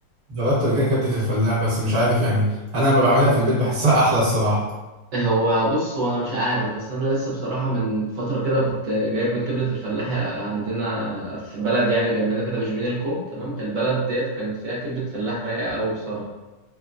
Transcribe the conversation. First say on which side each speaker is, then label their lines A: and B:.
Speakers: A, on the right; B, on the right.
A: جربت قبل كده كبده الفلاح بس مش عارف يعني انا لما بعملها في البيت بحسها احلى الصراحه
B: هو بص هو انا مش عارف بس انا لسه بصراحه من فتره كده كنت جايب من كبده الفلاح عندنا في بلد يعني جنبنا كده في جبين الكوم تمام البلد ديت كانت فيها كبده فلاح رايقه قوي بصراحه